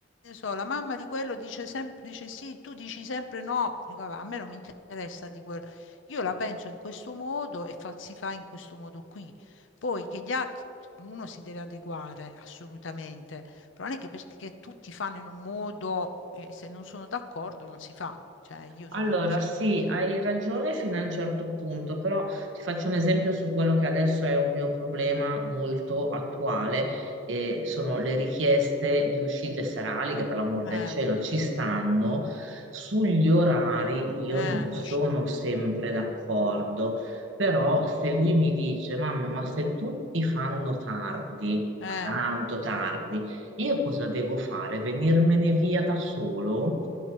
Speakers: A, on the left (about 75°); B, on the right (about 80°).
A: ne so, la mamma di quello dice sempre dice sì, tu dici sempre no. Dico, "Vabbè, a me non mi interessa di quello. Io la penso in questo modo e fa- si fa in questo modo qui. Poi che gli altri, uno si deve adeguare assolutamente. Però non è che perché tutti fanno in un modo, eh, se non sono d'accordo non si fa, cioè io
B: Allora,
A: sono così.
B: sì, hai ragione fino a un certo punto, però ti faccio un esempio su quello che adesso è un mio problema molto attuale, e sono le richieste di uscite serali, che per l'amor
A: Eh,
B: del cielo ci stanno. Sugli orari io
A: eh,
B: non sono
A: lascia-
B: sempre d'accordo, però se lui mi dice, mamma, ma se tutti fanno tardi,
A: eh,
B: ma tanto tardi, io cosa devo fare? Venirmene via da solo?